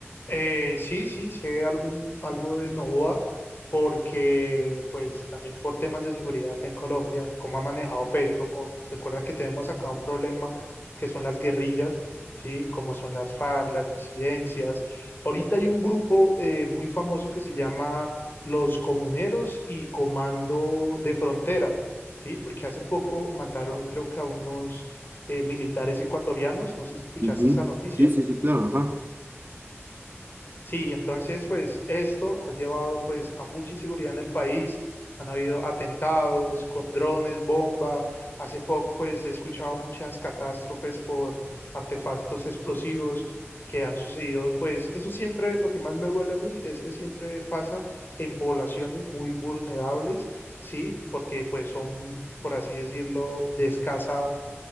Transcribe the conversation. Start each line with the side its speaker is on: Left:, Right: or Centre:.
Left: Eh, sí, sí, sé algún, algo de Novoa, porque pues también por temas de seguridad acá en Colombia, cómo ha manejado Petro, con- recuerda que tenemos acá un problema que son las guerrillas, ¿sí? Como son las FARC, las disidencias. Ahorita hay un grupo eh, muy famoso que se llama Los Comuneros y Comando de Frontera, ¿sí? Porque hace poco mataron creo que a unos eh, militares ecuatorianos, no sé si escuchaste
Right: Ujú.
Left: esa noticia.
Right: Sí, sí, sí, claro, ajá.
Left: Sí, entonces pues esto ha llevado pues a mucha inseguridad en el país. Han habido atentados con drones, bomba. Hace poco pues he escuchado muchas catástrofes por artefactos explosivos que han sucedido. Pues eso siempre lo que más me duele a mí es que siempre pasa en poblaciones muy vulnerables, ¿sí? Porque pues son, por así decirlo, de escasa